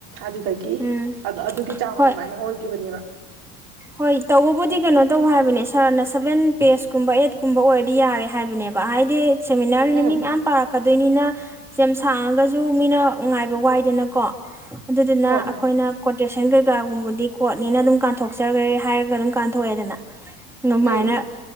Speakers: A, on the right; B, in the centre.
A: ꯑꯗꯨꯗꯒꯤ
B: ꯎꯝ
A: ꯑꯗꯨꯒꯤ ꯆꯥꯡ
B: ꯍꯣꯏ
A: ꯑꯗꯨꯃꯥꯏꯅ ꯑꯣꯏꯒꯤꯕꯅꯦꯕ
B: ꯍꯣꯏ ꯇꯧꯕꯕꯨꯗꯤ ꯀꯩꯅꯣ ꯇꯧ ꯍꯥꯏꯕꯅꯦ ꯁꯥꯔꯅ ꯁꯚꯦꯟ ꯄꯦꯁꯀꯨꯝꯕ ꯑꯩꯠꯀꯨꯝꯕ ꯑꯣꯏꯔꯗꯤ ꯌꯥꯔꯦ ꯍꯥꯏꯕꯅꯦꯕ ꯕ ꯍꯥꯏꯗꯤ ꯁꯦꯃꯤꯅꯥꯔꯅꯤꯅ
A: ꯎꯝ
B: ꯃꯤ ꯃꯌꯥꯝ ꯄꯥꯔꯛꯀꯗꯣꯏꯅꯤꯅ ꯁꯦꯝ ꯁꯥꯡꯉꯒꯁꯨ ꯃꯤꯅ ꯉꯥꯏꯕ ꯋꯥꯏꯗꯅꯀꯣ ꯑꯗꯨꯗꯨꯅ
A: ꯍꯣꯏ ꯍꯣꯏ
B: ꯑꯩꯈꯣꯏꯅ ꯀꯣꯇꯦꯁꯟ ꯀꯩꯀꯥꯒꯨꯝꯕꯗꯤ ꯀ ꯀꯣꯔꯣꯠꯅꯤꯅ ꯑꯗꯨꯝ ꯀꯥꯟꯊꯣꯛ ꯀꯥꯛꯆꯈ꯭ꯔꯦ ꯍꯥꯏꯔꯒ ꯑꯗꯨꯝ ꯀꯥꯟꯊꯣꯛꯑꯦꯗꯅ ꯑꯗꯨꯃꯥꯏꯅ
A: ꯎꯝ